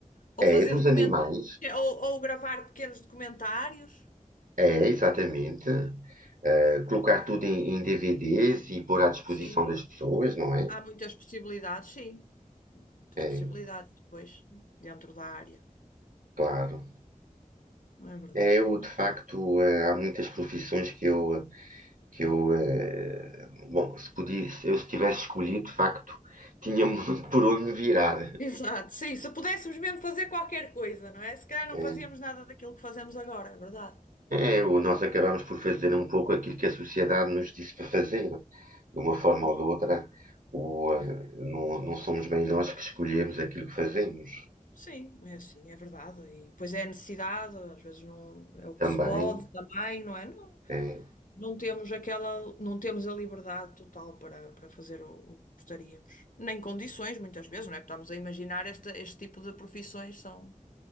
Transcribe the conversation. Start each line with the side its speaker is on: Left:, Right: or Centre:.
Left: Ou
Right: É,
Left: fazer
Right: dos
Left: documentos,
Right: animais.
Left: ou, ou gravar pequenos documentários
Right: É, exatamente.
Left: também.
Right: Eh, colocar tudo em, em DVDs e pôr à disposição
Left: Sim,
Right: das pessoas, não é?
Left: há muitas possibilidades, sim. Há Muitas
Right: É,
Left: possibilidades depois, dentro da área.
Right: claro.
Left: Não é verdade,
Right: É, eu,
Left: Dora?
Right: de facto, eh, há muitas profissões que eu, que eu, eh, bom, se podia, se eu se tivesse escolhido, de facto, tinha muito <laughs> por onde me virar.
Left: Exato, sim. Se pudéssemos mesmo fazer qualquer coisa, não é? Se calhar não
Right: É,
Left: fazíamos nada daquilo que fazemos agora, é verdade.
Right: É, o- nós acabamos por fazer um pouco aquilo que a sociedade nos disse para fazer. De uma forma
Left: Pois,
Right: ou de outra, o,
Left: é.
Right: eh, não, não somos bem nós que escolhemos aquilo que fazemos.
Left: Sim, é assim, é verdade. E depois é a necessidade, às vezes não é o
Right: Também,
Left: que se pode também, não é? Não
Right: é,
Left: não temos aquela, não temos a liberdade total para, para fazer o, o que gostaríamos. Nem condições, muitas vezes, não é? Porque Estamos a imaginar esta, este tipo de profissões são,